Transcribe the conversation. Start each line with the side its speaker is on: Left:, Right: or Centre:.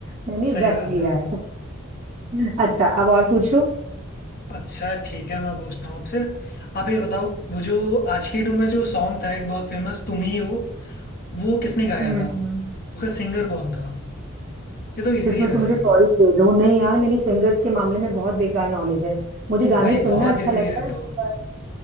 Right: मैंने
Left: सही
Right: रट
Left: बात
Right: लिया
Left: है
Right: है <laughs> अच्छा अब और पूछो
Left: अच्छा ठीक है मैं पूछता हूँ आपसे आप ये बताओ वो जो आशिकी टू में जो सॉन्ग था एक बहुत फेमस तुम ही हो वो किसने गाया
Right: हम्म
Left: था उसका सिंगर कौन था ये तो इजी
Right: इसमें
Left: है वैसे
Right: तो मुझे चॉइस दे दो नहीं यार मेरी सिंगर्स के मामले में बहुत बेकार नॉलेज है मुझे गाने
Left: भाई
Right: सुनना
Left: बहुत
Right: अच्छा
Left: इजी
Right: लगता
Left: है
Right: है पर-
Left: तो